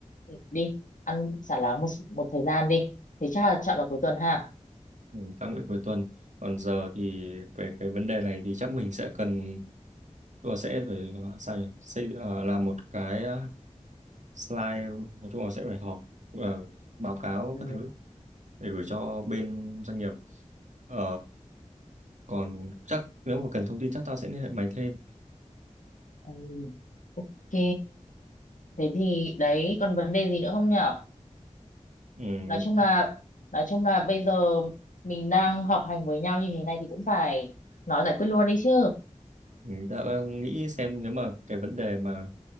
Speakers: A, on the left (about 85°); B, on the right (about 70°).
A: đi. Ăn xả láng một, một thời gian đi. Thế chắc là chọn vào cuối tuần ha.
B: Ừ, tăng đến cuối tuần còn giờ thì về cái vấn đề này thì chắc mình sẽ cần tức là sẽ phải ờ, sao nhỉ xây ờ, làm một cái ờ, slide nói chung là sẽ phải họp ờ, báo cáo
A: Ừ,
B: các thứ để gửi cho bên doanh nghiệp Ờ, còn chắc nếu mà cần thông tin chắc tao sẽ liên hệ mày thêm
A: ừ, ok. Thế thì đấy, còn vấn đề gì nữa không nhở?
B: ừ,
A: Nói chung là nói chung là bây giờ mình đang họp hành với nhau như thế này thì cũng phải nói giải quyết luôn đi chứ.
B: mình đã nghĩ xem nếu mà cái vấn đề mà